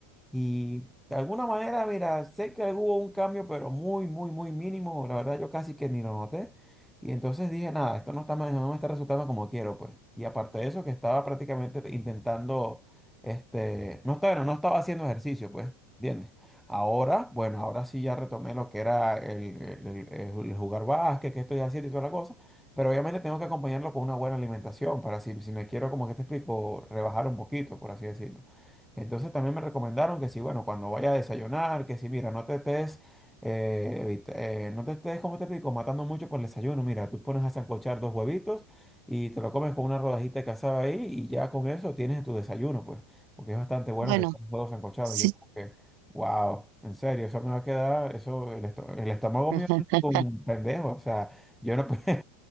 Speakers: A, in the centre; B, on the right.
A: Y de alguna manera, mira, sé que hubo un cambio, pero muy, muy, muy mínimo. La verdad, yo casi que ni lo noté. Y entonces dije, nada, esto no está, ma- no me está resultando como quiero, pues. Y aparte de eso, que estaba prácticamente intentando, este, no estaba, no no estaba haciendo ejercicio, pues, ¿entiendes? Ahora, bueno, ahora sí ya retomé lo que era el, el- el- el jugar básquet, que estoy haciendo y toda la cosa. Pero obviamente tengo que acompañarlo con una buena alimentación para si, si me quiero, como que te explico, rebajar un poquito, por así decirlo. Entonces también me recomendaron que si, bueno, cuando vaya a desayunar, que si, mira, no te estés, eh, evit- eh, no te estés, como te explico, matando mucho por el desayuno. Mira, tú pones a sancochar dos huevitos y te lo comes con una rodajita de cazada ahí y ya con eso tienes tu desayuno, pues, porque es bastante bueno
B: Bueno,
A: que comas huevos sancochados.
B: sí.
A: Y yo como que, wow, en serio, eso me va a quedar, eso, el, esto- el estómago
B: <laughs>
A: mío es un pendejo, o sea, yo no, <laughs>